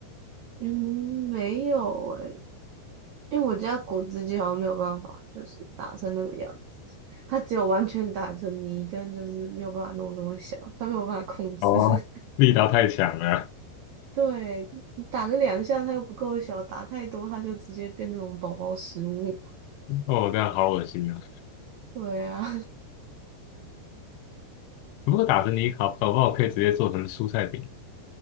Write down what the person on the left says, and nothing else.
哦，
力道太强了。
哦，这样好恶心啊！
如果打成泥搞，搞不好可以直接做成蔬菜饼，